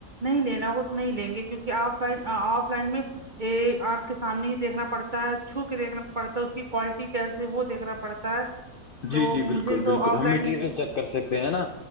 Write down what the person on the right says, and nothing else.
نہیں لینا ہو تو نہیں لیں گے کیونک آف لائن آف لائن میں آنکھ کے سامنے ہی دیکھنا پڑتا ہے چھو کے دیکھنا پڑتا اس کی کوالٹی کیسے وہ دیکھنا پڑتا ہے
تو
مجھے
تو آف
لائن